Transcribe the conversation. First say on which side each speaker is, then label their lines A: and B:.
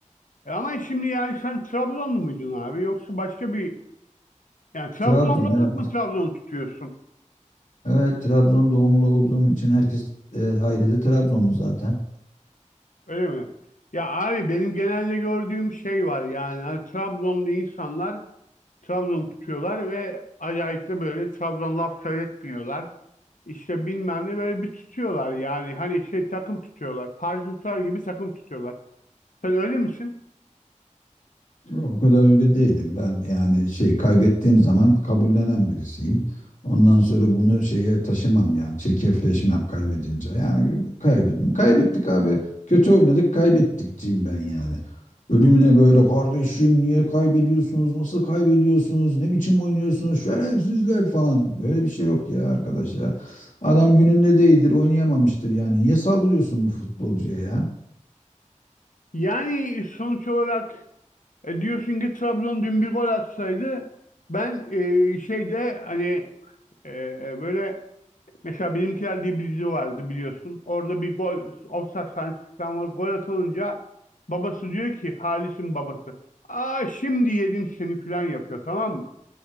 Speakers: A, on the left; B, on the left.
A: E, ama şimdi yani sen Trabzonlu muydun abi? Yoksa başka bir... Yani Trabzonlu
B: Trabzon
A: olup
B: evet.
A: mu Trabzon tutuyorsun?
B: Evet, Trabzon doğumlu olduğum için herkes e, ailede Trabzonlu zaten.
A: Öyle mi? Ya abi benim genelde gördüğüm şey var. Yani hani Trabzonlu insanlar Trabzon tutuyorlar ve acayip de böyle Trabzon laf söyletmiyorlar. işte bilmem ne böyle bir tutuyorlar yani hani şey takım tutuyorlar. Parti tutar gibi takım tutuyorlar. Sen öyle misin?
B: O kadar öyle değilim. Ben yani şey kaybettiğim zaman kabullenen birisiyim. Ondan sonra bunu şeye taşımam yani çirkefleşmem kaybedince. Yani kaybettim. Kaybettik abi. Kötü oynadık kaybettikçiyim ben yani. Ölümüne böyle kardeşim niye kaybediyorsunuz? Nasıl kaybediyorsunuz? Ne biçim oynuyorsunuz? Şerefsizler falan. Böyle bir şey yok ya arkadaş ya. Adam gününde değildir oynayamamıştır yani. Niye saldırıyorsun bu futbolcuya ya?
A: Yani sonuç olarak e, diyorsun ki Trabzon dün bir gol atsaydı ben e, şeyde hani e, böyle mesela Benimkiler diye bir dizi vardı biliyorsun. Orada bir gol ofsayt sahnesi falan var. Gol atılınca babası diyor ki Halis'in babası. Aa şimdi yedim seni falan yapıyor tamam mı?